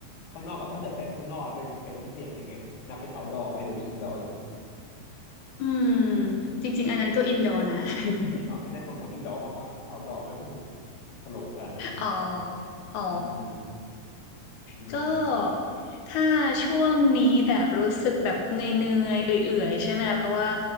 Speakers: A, on the left; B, on the left.
A: ข้างนอกกับถ้าเกิดไปข้างนอกไปไปฟิตเนสอย่างเงี้ยนับเป็น outdoor ไหมหรือไป indoor อยู่
B: อืมจริงๆอันนั้นก็ indoor นะ <laughs>
A: เอางั้นน่าคงชอบ indoor มากกว่า outdoor ไม่ค่อยถูกโฉลกขนาดนั้น
B: อ๋ออ๋อ
A: อืมฮึอืม
B: ก็ถ้าช่วงนี้แบบรู้สึกแบบเหนื่อยๆเอื่อยๆใช่ไหมเพราะว่า